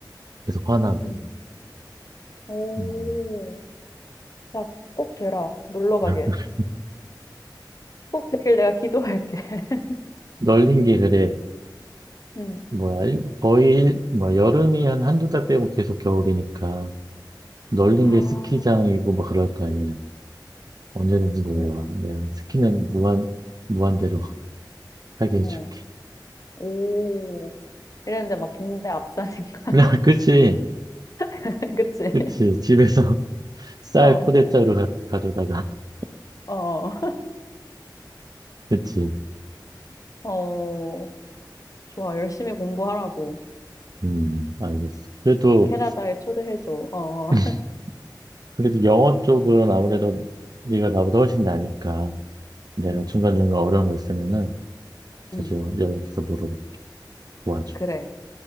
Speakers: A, on the right; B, on the left.
A: 계속 화나고.
B: 음. 오.
A: 음,
B: 야, 꼭 되라. 놀러 가게.
A: <laughs>
B: 꼭 되길 내가 기도할게. <laughs>
A: 널린 게 그래.
B: 음.
A: 뭐야, 일- 거의, 일- 뭐, 여름이 한 한두 달 빼고 계속 겨울이니까, 널린
B: 아,
A: 게 스키장이고, 막 그럴 거 아니야. 언제든지 놀러
B: 어,
A: 와. 내가 스키는 무한, 무한대로 하게 해줄게.
B: 어. 오. 이랬는데 막 동네 앞산인가?
A: <laughs> 그치,
B: <laughs> 그치?
A: 그치. 집에서 <laughs> 쌀
B: 어,
A: 포대자루 가, 가져다가, <laughs>
B: 어, 어.
A: 그치.
B: 어. 좋아. 열심히 공부하라고.
A: 음, 알겠어. 그래도,
B: 캐나다에 초대해줘. 어, 어.
A: <clears throat> 그래도 영어 쪽은 아무래도 네가 나보다 훨씬 나니까, 내가
B: 음,
A: 중간중간 어려운 거 있으면은 자주
B: 음.
A: 연락해서 물어보고 도와줘.
B: 그래.